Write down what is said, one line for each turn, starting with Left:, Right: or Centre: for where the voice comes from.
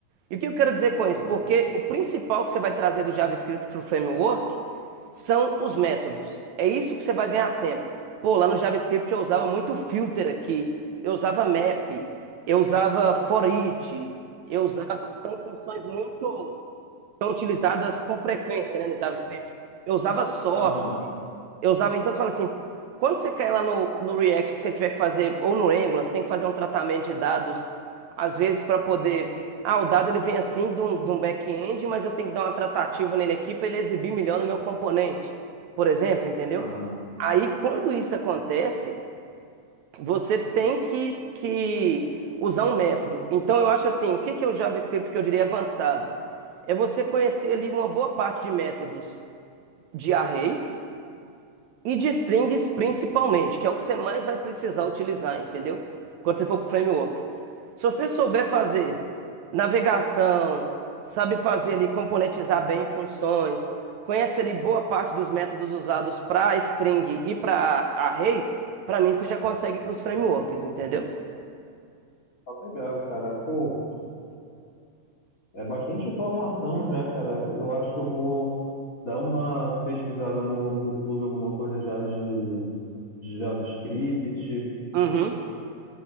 Right: E o que eu quero dizer com isso?
Left: Entendi.
Right: Porque o principal que você vai trazer do JavaScript para o framework são os métodos. É isso que você vai ganhar tempo. Pô, lá no JavaScript eu usava muito filter aqui, eu usava map, eu usava for each, eu usava. São funções muito. São utilizadas com frequência, né, no JavaScript. Eu usava sort.
Left: Aham,
Right: Eu usava então, você fala assim, quando você cai lá no, no React, que você tiver que fazer, ou no Angular, você tem que fazer um tratamento de dados, às vezes para poder, ah, o dado ele vem assim de um, de um back-end, mas eu tenho que dar uma tratativa nele aqui para ele exibir melhor no meu componente, por exemplo, entendeu?
Left: aham.
Right: Aí, quando isso acontece, você tem que, que usar um método. Então, eu acho assim, o que que é o JavaScript que eu diria avançado? É você conhecer ali uma boa parte de métodos de arrays, e de strings principalmente, que é o que você mais vai precisar utilizar, entendeu? Quando você for para o framework. Se você souber fazer navegação, sabe fazer ali componentizar bem funções, conhece ali boa parte dos métodos usados para string e para array, para mim você já consegue para os frameworks, entendeu?
Left: Tá legal, cara. Pô, é bastante informação já, cara. Eu acho que eu vou dar uma pesquisada no YouTube, alguma coisa já de, de JavaScript.
Right: Uhum.